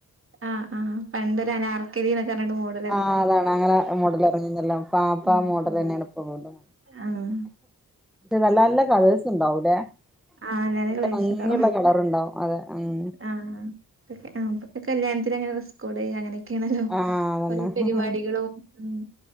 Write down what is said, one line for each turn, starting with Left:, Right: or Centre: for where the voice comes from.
Right: ആഹ് ആഹ് പണ്ടൊരനാർക്കലി ന്നൊക്കർഞ്ഞിട്ട് <unintelligible>
Centre: ആഹ് അതാണ് അങ്ങന മോഡലെറ്ങ്ങീന്യല്ലൊ സാധാ
Right: ഉം
Centre: മോഡലെന്നേണ്
Right: ഉം
Centre: ഇപ്പ വീണ്ടും
Right: ആഹ്
Centre: നല്ല നല്ല കളേഴ്സ് ണ്ടാവുലേ. <unintelligible>
Right: ആഹ് നല്ലാ കളേഴ്സ്
Centre: ഭംഗിള്ള
Right: ഉണ്ടാവും
Centre: കളറ്ണ്ടാവും അതെ ഉം
Right: ആഹ് ആഹ് ഇപ്പത്തെ കല്യാൺത്തിനങ്ങനെ ഡ്രസ്സ്കോഡെയ്യ അങ്ങനെ ക്കേണലൊ
Centre: ആഹ് അതന്നെ
Right: ഓരോ പരിവാടികളും ഉം